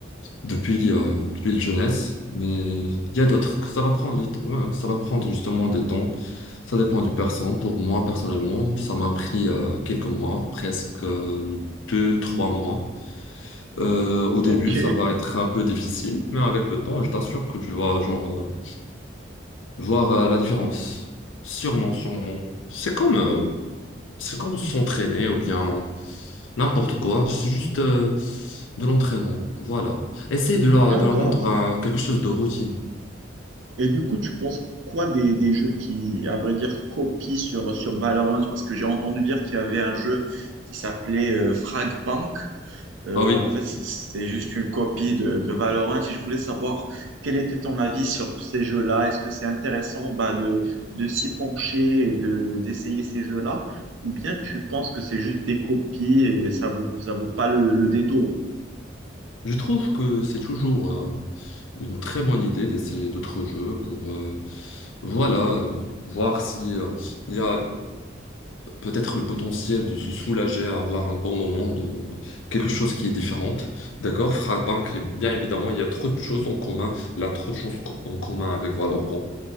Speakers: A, on the left; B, on the right.
A: depuis, euh, depuis la jeunesse, mais il y a d'autres que ça va prendre, du temps. Ouais, ça va prendre justement des temps. Ça dépend du personne. Pour moi, personnellement, ça m'a pris euh, quelques mois, presque euh, deux, trois mois. Euh, au début,
B: Ok,
A: ça va être un peu difficile, mais avec le temps, je t'assure que tu vas genre euh, voir euh, la différence. Sûrement, sûrement. C'est comme euh, c'est comme s'entraîner ou bien n'importe quoi. C'est juste euh, de l'entraînement. Voilà. Essaye de la,
B: d'accord.
A: de la rendre à quelque chose de routine.
B: Et du coup, tu penses quoi des, des jeux qui, à vrai dire, copient sur, sur Valorant? Parce que j'ai entendu dire qu'il y avait un jeu qui s'appelait euh, Fragpunk. Euh,
A: Ah oui,
B: en fait, c'est- c'était juste une copie de, de Valorant. Et je voulais savoir quel était ton avis sur ces jeux-là. Est-ce que c'est intéressant bah, de, de s'y pencher et de, d'essayer ces jeux-là? Ou bien tu penses que c'est juste des copies et ça vaut, ça vaut pas le, le détour?
A: je trouve que c'est toujours euh, une très bonne idée d'essayer d'autres jeux pour euh, voilà, euh, voir si euh, il y a peut-être le potentiel de se soulager, avoir un bon moment, dans quelque chose qui est différente. D'accord? Frappank, bien évidemment, il y a trop de choses en commun. Il y a trop de choses co- en commun avec Valorant.